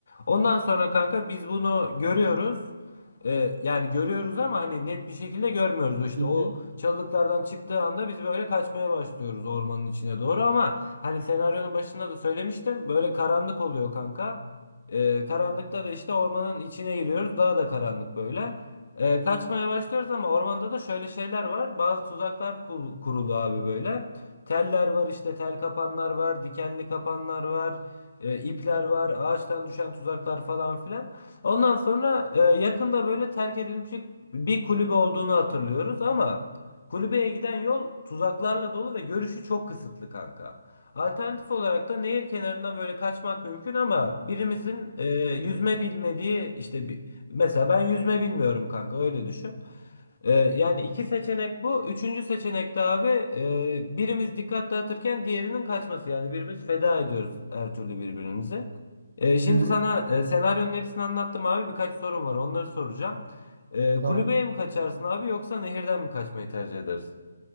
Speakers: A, on the left; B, on the right.
A: Ondan sonra kanka biz bunu görüyoruz. Ee, yani görüyoruz ama hani net bir şekilde görmüyoruz. İşte
B: Hı hı.
A: o çalılıklardan çıktığı anda biz böyle kaçmaya başlıyoruz ormanın içine doğru ama Hani senaryonun başında da söylemiştim. Böyle karanlık oluyor kanka. Ee, karanlıkta da işte ormanın içine giriyoruz. Daha da karanlık böyle. Ee, kaçmaya başlıyoruz ama ormanda da şöyle şeyler var. Bazı tuzaklar kur- kurulu abi böyle. Teller var işte tel kapanlar var, dikenli kapanlar var, e, ipler var, ağaçtan düşen tuzaklar falan filan. Ondan sonra e, yakında böyle terk edilmiş bir kulübe olduğunu hatırlıyoruz ama kulübeye giden yol tuzaklarla dolu ve görüşü çok kısıtlı kanka. Alternatif olarak da nehir kenarından böyle kaçmak mümkün ama birimizin e, yüzme bilmediği işte bir, mesela ben yüzme bilmiyorum kanka öyle düşün. E, yani iki seçenek bu. Üçüncü seçenek de abi e, birimiz dikkat dağıtırken diğerinin kaçması. Yani birbirimiz feda ediyoruz her türlü birbirimize. E, şimdi
B: Hı hı.
A: sana e, senaryonun hepsini anlattım abi birkaç sorum var onları soracağım. E,
B: Tamam.
A: kulübeye mi kaçarsın abi yoksa nehirden mi kaçmayı tercih edersin?